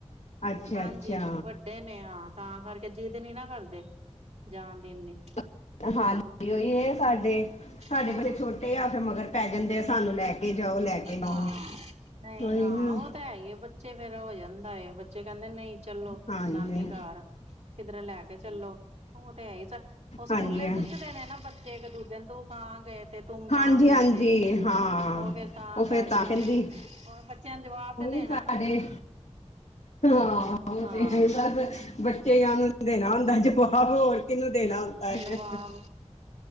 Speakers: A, on the left; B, on the right.
A: ਅੱਛਾ-ਅੱਛਾ।
B: ਹਾਂਜੀ ਵੱਡੇ ਨੇ ਹਾਂ ਤਾਂ ਕਰਕੇ ਜਿੱਦ ਨੀ ਨਾ ਕਰਦੇ, ਜਾਣ ਦੇ ਏਨੀ।
A: ਅ ਹਾਂ ਜੀ ਔਈ ਏ। ਤੁਆਡੇ, ਸਾਡੇ
B: ਹਾਂ
A: ਬੱਚੇ ਛੋਟੇ ਆ ਫੇਰ ਮਗਰ ਪੈ ਜਾਂਦੇ ਆ ਸਾਨੂੰ ਲੈ ਕੇ ਜਾਓ ਲੈ ਕੇ ਜਾਓ
B: ਹਾਂ, ਨਹੀਂ
A: ਉਹੀ
B: ਹਾਂ
A: ਨਾ
B: ਉਹ ਤਾਂ ਹੈ ਹੀ ਆ ਬੱਚੇ ਫੇਰ ਹੋ ਜਾਂਦਾ ਏ ਚਿਕਨ ਕਹਿੰਦੇ ਨਹੀਂ ਚੱਲੋ,
A: ਹਾਂਜੀ
B: ਨਾਨੀ ਘਰ ਕਿਧਰੇ ਲੈ ਕੇ ਚੱਲੋ ਉਹ ਤੇ ਹੈ ਹੀ ਤਾਂ ਉਹ ਸਕੂਲੇ
A: ਹਾਂਜੀ
B: ਪੁੱਛਦੇ ਨੇ ਨਾ ਬੱਚੇ ਇੱਕ ਦੂਜੇ ਤੋਂ ਕਹਾ ਗਏ, ਤੇ ਤੁਮ ਕਹਾਂ
A: ਹਾਂਜੀ-ਹਾਂਜੀ
B: ਗਏ ਤੇ
A: ਹਾਂ,
B: ਉਹ ਫੇਰ
A: ਉਹ ਫੇਰ
B: ਕਰਕੇ
A: । ਤਾਂ ਕਹਿੰਦੀ,
B: ਹੋਰ ਬੱਚਿਆਂ ਨੂੰ ਜਵਾਬ ਤੇ
A: ਉਹੀ
B: ਦੇਣਾ
A: ਸਾਡੇ,
B: ਨਾ
A: ਹਾਂ ਉਹ
B: ਹਾਂ
A: ਤੇ ਬਸ ਬੱਚਿਆਂ ਨੂੰ ਦੇਣਾ ਹੁੰਦਾ । ਜਿਮੇ ਹੋਰ ਕਿਨੂੰ ਆਹੋ <inaudible> ਦੇਣਾ ਹੁੰਦਾ ਹੈ,
B: ਜਵਾਬ